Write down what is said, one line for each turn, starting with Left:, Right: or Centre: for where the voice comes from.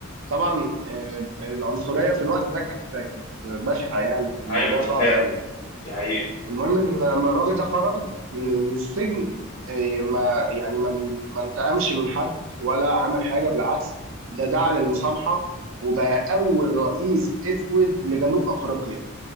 Right: طبعا آه، العنصريه في الوقت ده كانت كانت بشعه يعني كان الموضوع
Left: ايوه انا
Right: صعب
Left: فاهم
Right: قوي
Left: دي حقيقة
Right: المهم ان لما الراجل ده خرج من من السجن إيه، ما يعني ما ما انتقمش من حد ولا عمل حاجه بالعكس ده دعا للمصالحه وبقى اول رئيس اسود لجنوب افريقيا